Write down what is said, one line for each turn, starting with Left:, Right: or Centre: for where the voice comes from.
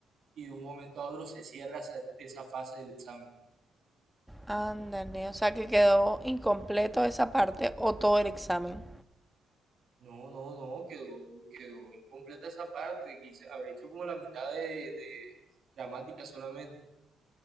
Right: Y de un momento a otro se cierra esa, esa fase del examen.
Centre: Ándale, o sea que quedó incompleto esa parte o todo el examen.
Right: No, no, no, quedó, quedó incompleta esa parte. Quise, habré hecho como la mitad de, de gramática solamente.